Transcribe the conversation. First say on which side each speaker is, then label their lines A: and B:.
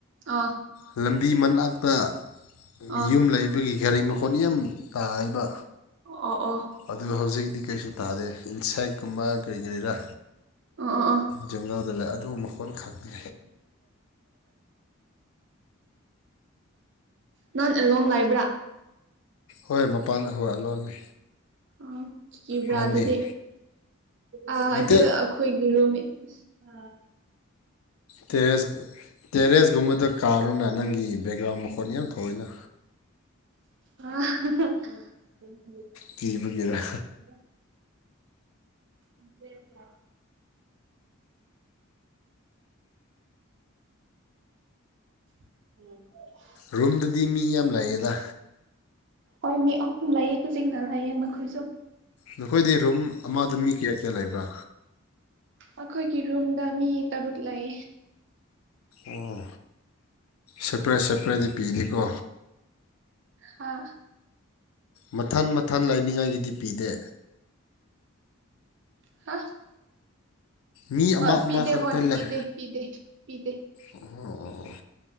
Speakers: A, on the right; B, on the left.
A: ꯑ
B: ꯂꯝꯕꯤ ꯃꯅꯥꯛꯇ
A: ꯑ
B: ꯌꯨꯝ ꯂꯩꯕꯒꯤ ꯒꯥꯔꯤ ꯃꯈꯣꯠ ꯌꯥꯝ ꯇꯥꯕ
A: ꯑꯣ ꯑꯣ
B: ꯑꯗꯨ ꯍꯧꯖꯤꯛꯇꯤ ꯀꯩꯁꯨ ꯇꯥꯗꯦ ꯁꯥꯏꯠꯀꯨꯝꯕ ꯀꯔꯤ ꯀꯔꯤꯔꯥ
A: ꯑꯣ ꯑꯣ ꯑꯣ ꯑꯣ
B: ꯖꯪꯒꯜꯗ ꯂꯩ ꯑꯗꯨꯒꯨꯝꯕ ꯀꯣꯟ ꯈꯥꯛꯅꯦ
A: ꯅꯥꯟ ꯑꯦꯜꯣ ꯂꯥꯏꯕ꯭ꯔꯥ
B: ꯍꯣꯏ ꯍꯣꯏ ꯃꯄꯥꯟ ꯍꯣꯏ ꯂꯣꯟꯅꯤ
A: ꯑ ꯀꯤꯕ꯭ꯔꯥ
B: ꯅꯪꯗꯤ
A: ꯑꯗꯨꯗꯤ ꯑ
B: ꯅꯠꯇꯦ
A: ꯑꯗꯨ ꯑꯩꯈꯣꯏꯒꯤ ꯔꯨꯝ ꯑ
B: ꯇꯦꯔꯦꯁ ꯇꯦꯔꯦꯁꯀꯨꯝꯕꯗ ꯀꯥꯔꯨꯅ ꯅꯪꯒꯤ ꯕꯦꯛꯒ꯭ꯔꯥꯎꯟ ꯐꯣꯟ ꯌꯥꯝ ꯊꯣꯛꯑꯏꯅ
A: ꯑ
B: ꯀꯤꯕꯒꯤꯔ
A: ꯏꯖꯦꯇꯦ ꯎ
B: ꯔꯨꯝꯗꯗꯤ ꯃꯤ ꯌꯥꯝ ꯂꯩꯌꯦꯦꯗ
A: ꯍꯣꯏ ꯃꯤ ꯑꯍꯨꯝ ꯂꯌꯦ ꯍꯧꯖꯤꯛꯅ ꯂꯌꯦ ꯃꯈꯣꯏꯁꯨ
B: ꯅꯈꯣꯏꯗꯤ ꯔꯨꯝ ꯑꯃꯗ ꯃꯤ ꯀꯌꯥ ꯀꯌꯥ ꯂꯩꯕ꯭ꯔꯥ
A: ꯑꯩꯈꯣꯏꯒꯤ ꯔꯨꯝꯗ ꯃꯤ ꯇꯔꯨꯛ ꯂꯩ
B: ꯑꯣ ꯁꯦꯄꯔꯦꯠ ꯁꯦꯄꯔꯦꯠꯗꯤ ꯄꯤꯔꯤꯀꯣ
A: ꯍꯥꯥ
B: ꯃꯊꯟ ꯃꯊꯟ ꯂꯥꯏꯅꯤꯡꯉꯥꯏꯒꯤꯗꯤ ꯄꯤꯗꯦ
A: ꯍꯥ
B: ꯃꯤ ꯑꯃ
A: ꯑ
B: ꯑꯃꯈꯛꯇ
A: ꯄꯤꯗꯦ ꯍꯣꯏ
B: ꯂꯩ
A: ꯄꯤꯗꯦ ꯄꯤꯗꯦ ꯄꯤꯗꯦ
B: ꯑꯣ ꯑꯣ ꯑꯣ